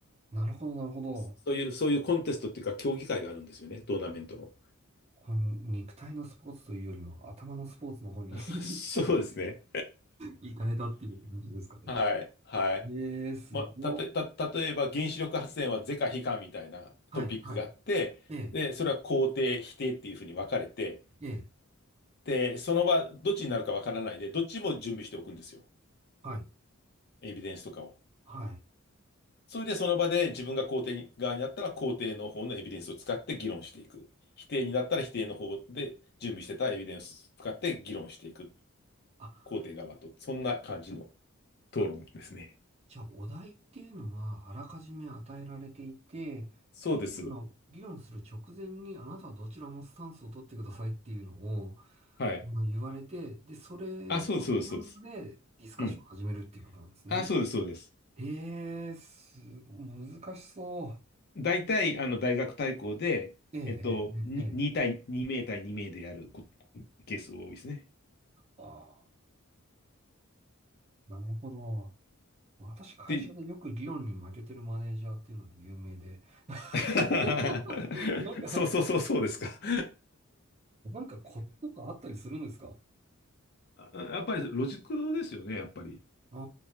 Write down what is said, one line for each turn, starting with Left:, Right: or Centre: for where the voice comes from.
Right: なるほど、なるほど。
Left: そういう、そういうコンテストっていうか競技会があるんですよね、トーナメントの。
Right: こう肉体のスポーツというよりも頭のスポーツの方に
Left: あそ
Right: <laughs>
Left: <laughs> うですね。
Right: 行かれたっていう感じですかね。
Left: はい、はい。
Right: ええ、すごっ。
Left: まあ、たとた、例えば原子力発電は是か非かみたいなトピックがあって、
Right: はい、はい。ええ、
Left: で、それは肯定、否定っていうふうに分かれて、
Right: ええ、
Left: で、その場、どっちになるか分からないで、どっちも準備しておくんですよ。
Right: はい、
Left: エビデンスとかを。
Right: はい。
Left: それでその場で自分が肯定側になったら肯定の方のエビデンスを使って議論していく。否定になったら否定の方で準備してたエビデンスを使って議論していく。
Right: あ、
Left: 肯定側と。そんな感じの討論ですね。
Right: あじゃあ、お題っていうのは、あらかじめ与えられていて、
Left: そうです。
Right: 議論の、議論する直前に、あなたはどちらのスタンスを取ってくださいっていうのを、
Left: はい。
Right: まあの言われて、で、それのスタンスでディスカッションを始めるっていうことなんですね。
Left: あ、そうです、そうです。そうですうん。あ、そうです、そうです。
Right: ええ、すご、難しそ
Left: 大体、あの、大学対抗で、
Right: う。ええ、
Left: えっと、
Right: ええ、
Left: に2対2名対2名でやるこ
Right: ええ。
Left: ケースが多いですね。
Right: ああ、なるほど。私、会社でよく理論に負けてるマネージャーっていうので有名で。
Left: で、<laughs>
Right: <laughs> なんか、
Left: そうそうそうそうですか。<laughs>
Right: なんかコツとかあったりするんですか
Left: あやっぱりロジックですよね、やっぱり。
Right: あ